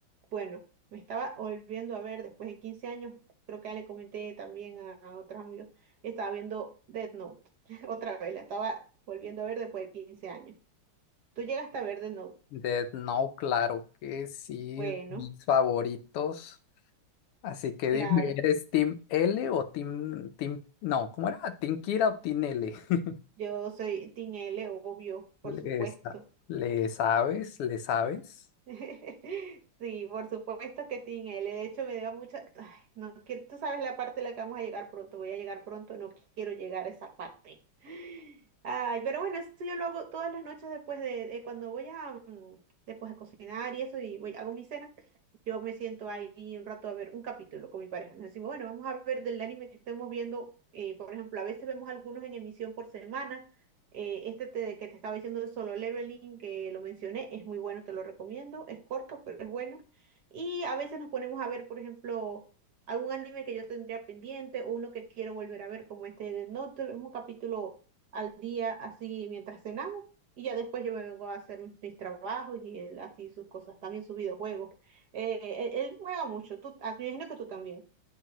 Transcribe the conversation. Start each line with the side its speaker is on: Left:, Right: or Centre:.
Right: bueno, me estaba volviendo a ver después de 15 años. Creo que ya le comenté también a, a otros amigos. Estaba viendo Death Note. <laughs> Otra vez, la estaba volviendo a ver después de 15 años. ¿Tú llegaste a ver Death Note?
Left: Death Note, claro que sí,
Right: Bueno,
Left: mis favoritos. Así que
Right: claro.
Left: dime, ¿eres Team L o Team, Team, no, ¿cómo era? ¿Team Kira o Team L? <laughs>
Right: Yo soy Team L, obvio, por
Left: ¿Le,
Right: supuesto.
Left: sa- le sabes? ¿Le sabes?
Right: <laughs> Sí, por supuesto que tiene L. De hecho, me dio mucha. Ay, no quiero- Tú sabes la parte a la que vamos a llegar pronto. Voy a llegar pronto. No quiero llegar a esa parte. <gasps> Ay, pero bueno, eso yo lo hago todas las noches después de, de cuando voy a mm, después de cocinar y eso y voy hago mi cena. Yo me siento ahí un rato a ver un capítulo con mi pareja. Nos decimos, bueno, vamos a ver del anime que estemos viendo. eh, por ejemplo, a veces vemos algunos en emisión por semana. Eh, este te- que te estaba diciendo de Solo Leveling, que lo mencioné, es muy bueno, te lo recomiendo. Es corto, pero es bueno. Y a veces nos ponemos a ver, por ejemplo, algún anime que yo tendría pendiente o uno que quiero volver a ver, como este de Death Note. Vemos un capítulo al día, así mientras cenamos. Y ya después yo me vengo a hacer mis, mis trabajos y él así sus cosas, también sus videojuegos. Eh, él, él juega mucho. Tú, ah, me imagino que tú también